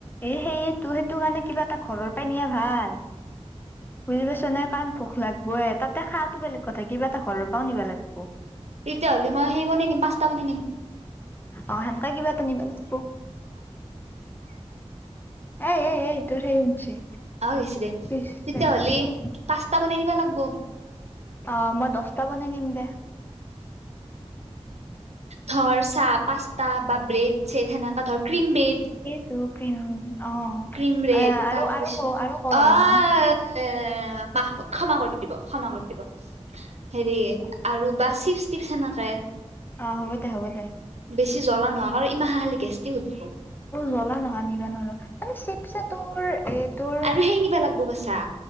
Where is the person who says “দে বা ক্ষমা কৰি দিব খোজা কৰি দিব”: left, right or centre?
Right